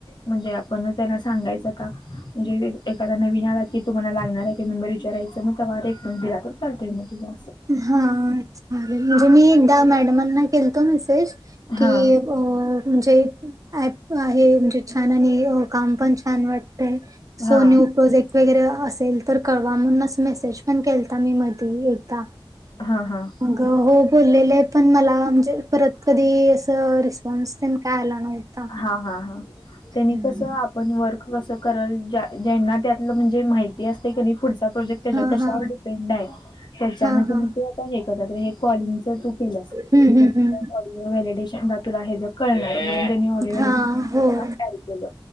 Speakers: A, on the left; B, on the right.
A: म्हणजे आपण त्यांना सांगायचं का, म्हणजे एखादा नवीन आला की तुम्हाला लागणार आहे की मेंबर विचारायचं मग तेंव्हा रेफरन्स दिला तर चालतंय मग तुझ असं
B: हा चालेल म्हणजे मी एकदा मॅडमांना केलतो मेसेज की
A: हा
B: हो म्हणजे आहे ना हे म्हणजे छान आणि काम पण छान वाटतय सो
A: हा
B: न्यू प्रोजेक्ट वगैरे असेल तर कळवा म्हणून मेसेज पण केलता मी मध्ये एकदा.
A: हा हा.
B: माग हो बोललेले पण मला म्हणजे परत कधी असं रिस्पॉन्स तेन काय आला नव्हता.
A: हा हा हा त्यानी
B: हम्म
A: कस आपण वर्क कस करल ज्यांना त्यातलं म्हणजे माहिती असतय की नी पुढचा प्रोजेक्ट त्याच्यावर
B: हा
A: कशावर
B: हा
A: डिपेंड आहे ह्याच्याने
B: हा
A: त्यांनी
B: हा
A: ते हे करत्यात तर हे कॉलिंग च तर तु केलीयास
B: हम्म हम्म
A: मग तुला
B: हम्म
A: ऑडिओ व्हयलिदेशेन ला तुला हे जे कळणार मग तुला ऑडिओ व्हयलिदेशेन
B: हा होय
A: तुला ऍड केलं.